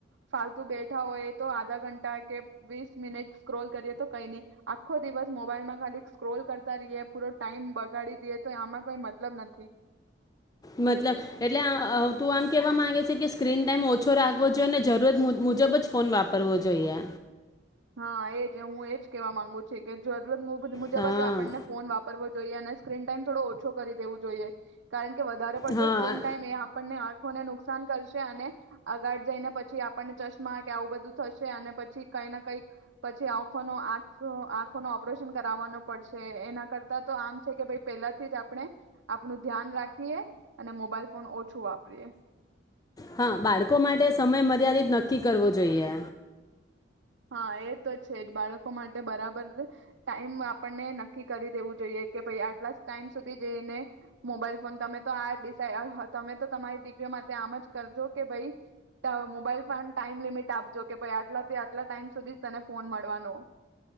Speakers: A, on the right (about 80°); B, on the left (about 20°).
A: ફાલતુ બેઠા હોઈએ તો આધા ઘંટા કે વીસ મિનિટ સ્ક્રોલ કરીએ તો કઈ નહી. આખો દિવસ મોબાઈલમાં ખાલી સ્ક્રોલ કરતા રહીએ પૂરો ટાઈમ બગાડી દીએ તો આમાં કઈ મતલબ નથી.
B: મતલબ એટલે આઅ તું આમ કેવા માંગે છે કે સ્ક્રીન ટાઈમ ઓછો રાખ પવો જોઈએ અને જરૂરત મુજ મુજબ જ ફોન વાપરવો જોઈએ.
A: હા, એજ હું એજ કેવા માંગુ છે કે જો રોજ મુબધ મુજબ
B: હા
A: જ આપણને ફોન વાપરવો તો ઈ એને સ્ક્રીન ટાઈમ થોડો ઓછો કરી દેવું જોઈએ. કારન કે વધારે પડતો
B: હા
A: સ્ક્રીન ટાઈમ એ આપણને આ ફને નુકસાન કરશે અને આગાડ જઈને પછી આપણને ચશ્મા કે આવું બધું થશે અને પછી કાઈના કઈક પછી આંઉખોનો આંખો આંખોનો ઓપરેશન કરાવવાનો પડશે. એના કરતા તો આમ છે કે ભઈ પેલાથી જ આપણે આપનું ધ્યાન રાખીએ અને મોબાઈલ ફોન ઓછું વાપરીએ.
B: હા, બાળકો માટે સમય મર્યાદિત નક્કી કરવો જોઈએ.
A: હા, એ તો છે જ બાળકો માટે બરાબર ટાઈમ આપણને નક્કી કરી દેવું જોઈએ કે ભઈ આટલા ટાઈમ સુધી જેઈને મોબાઈલ ફોન તમે તો આ ડિસાઈ આહ તમે તો તમારી ડિક્રીઓ માટે આમ જ કરજો કે ભઈ ત મોબાઈલ ફોન ટાઈમ લિમિટ આપજો કે ભાઈ આટલાથી આટ ટલા ટાઈમ સુધી જ તને ફોન મળવાનો.